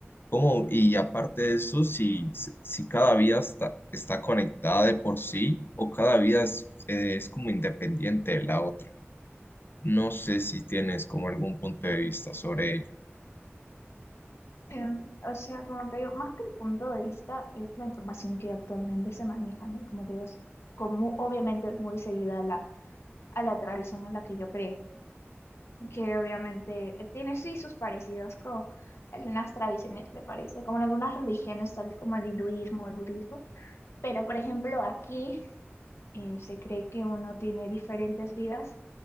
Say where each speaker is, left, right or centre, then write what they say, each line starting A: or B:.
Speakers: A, on the left; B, on the left.
A: ¿Cómo? Y aparte de eso, si, si si cada vida está, está conectada de por sí o cada vida es, eh, es como independiente de la otra. No sé si tienes como algún punto de vista sobre ello.
B: Em, o sea, como te digo, más que el punto de vista es la información que actualmente se maneja, ¿no? Como te digo, es como obviamente es muy seguida a la, a la tradición en la que yo creo, que obviamente eh, tiene sí sus parecidos con algunas tradiciones, me parece, como en algunas religiones, tales como el hinduismo, o el budismo, pero por ejemplo aquí eh, se cree que uno tiene diferentes vidas